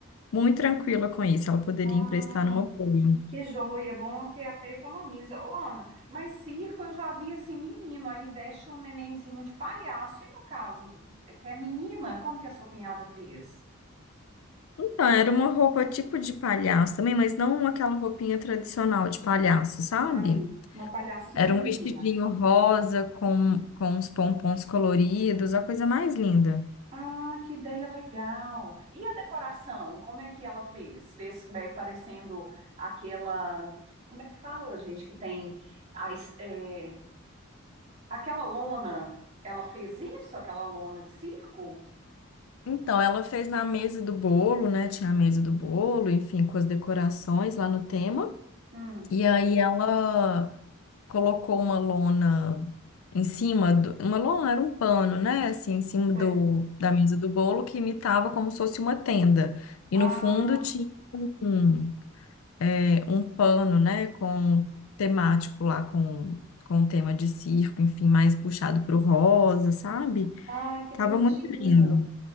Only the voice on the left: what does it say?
muito tranquila com isso. Ela poderia
emprestar numa boa.
Então, era uma roupa tipo de palhaço também, mas não aquela roupinha tradicional de palhaço, sabe?
Era
um vestidinho rosa com, com uns pompons coloridos, a coisa mais linda.
Então, ela fez na mesa do bolo, né? Tinha a mesa do bolo, enfim, com as decorações lá no tema.
E aí ela colocou uma lona em cima do, uma lona era um pano, né? Assim, em cima
do, da mesa do bolo que imitava como se fosse uma tenda. E
no fundo tinha um- é, um pano, né, com temático lá, com, com tema de circo, enfim, mais puxado pro rosa, sabe?
Tava
muito lindo.